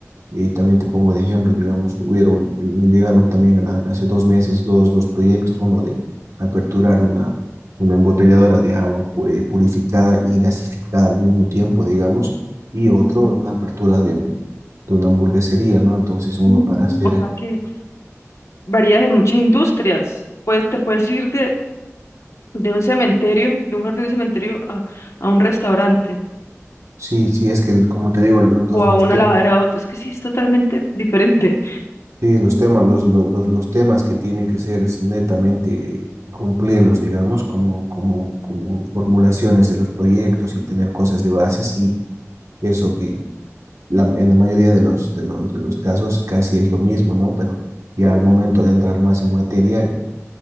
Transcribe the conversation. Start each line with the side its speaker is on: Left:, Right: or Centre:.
Right: Y también te pongo de ejemplo, digamos, hubieron, eh, me llegaron también a la- hace dos meses dos, dos proyectos, uno de aperturar una, una embotelladora de agua pu- eh, purificada y gasificada al mismo tiempo, digamos, y
Left: Ujú.
Right: otro, una apertura de, un, de una hamburguesería, ¿no? Entonces uno
Left: Mm,
Right: para hacer,
Left: O sea que varías en muchas industrias. Pues te puedes ir de, de un cementerio, de un jardín de cementerio a, a un restaurante
Right: sí, sí, es que el- como te digo, lo- los,
Left: o a
Right: los
Left: una
Right: temas
Left: lavadera de autos. Es que sí, es totalmente <laughs> diferente.
Right: Sí, los temas, los, los, los- los temas que tienen que ser es netamente eh, cumplirlos, digamos, como, como, como formulaciones de los proyectos y tener cosas de base, sí, eso que la- en la mayoría de los, de los, de los casos casi es lo mismo, ¿no? Pero ya al momento de entrar más en materia,